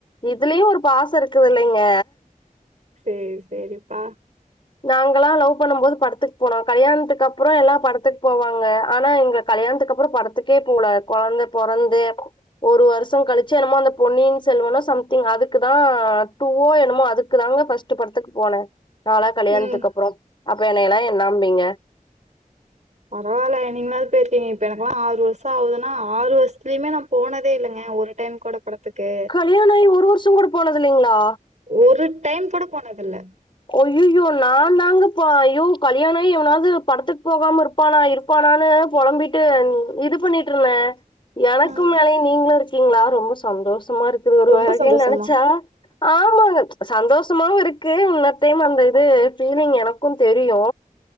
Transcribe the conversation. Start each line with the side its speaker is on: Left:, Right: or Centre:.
Left: இது இதுலயும் ஒரு பாசம் இருக்குது இல்லைங்க
Right: சேரி சேரிப்பா
Left: நாங்களல்லா லவ் பண்ணும் போது படத்துக்கு போனோம் கல்யாணத்துக்கு அப்பறம் எல்லாம் படத்துக்கு போவாங்க ஆனா எங்க கல்யாணத்துக்கு அப்பறம் படத்துக்கே போல கெழந்த பொறந்து ஒரு வருஷம் கழிச்சு என்னமோ அந்த பொன்னின் செல்வனும் சம்திங் அதுக்கு தான் டூவோ என்னுமோ அதுக்கு தாங்க ஃபர்ஸ் ட்டு படத்துக்கு போனே நான்லா கல்யாணத்துக்கு
Right: ம்
Left: அப்றோ அப்ப என்னல்லாம் என்ணாண்பீங்க
Right: பரவாயில்ல நீங்களாவது போயிருக்கீங்க இப்ப எனக்கெல்லாம் ஆறு வர்ஷம் ஆகுதுன்னா ஆறு வருஷத்துலயுமே ந போனதே இல்லங்க ஒரு டைம் கூட படத்துக்கு
Left: கல்யாணம் ஆயி ஒரு வருஷம் கூட போனது இல்லைங்களா
Right: ஒரு டைம் கூட போனதுல்ல
Left: ஐயையோ நான் தாங்க பா அய்யோ கல்யாணம் எவனாவது படத்துக்கு போகாம இருப்ப ப்பானா இருப்பானான்னு பொழம்பிட்டு இது பண்ணிட்டு இருந்தேன் எனக்கும்
Right: ம்
Left: மேல நீங்களும் இருக்கீங்களா ரொம்ப சந்தோஷமா இருக்கு ஒரு
Right: ரொம்ப
Left: வகைல
Right: சந்தோஷமா
Left: நெனச்சா ஆமாங்க சந்தோஷாவும் இருக்கு உன்ன டேம் அந்த இது ஃபீலிங் எனக்கும் தெரியோ